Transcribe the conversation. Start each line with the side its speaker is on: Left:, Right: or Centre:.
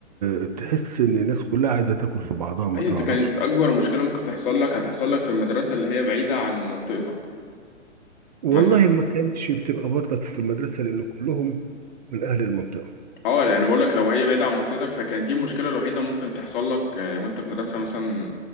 Right: آه، تحس ان الناس كلها عايزة تاكل في بعضها ما
Left: أي
Right: تعرفش
Left: أنت كانت أكبر مشكلة ممكن تحصل لك هتحصل لك في المدرسة اللي هي بعيدة عن منطقتك
Right: والله
Left: مثلا
Right: ما كانتش بتبقى برضك في المدرسة لان كلهم من اهل المنطقة
Left: أه يعني أنا بقول لك لو هي بعيدة عن منطقتك فكان دي المشكلة الوحيدة ممكن تحصل لك آه، وأنت في مدرسة مثلا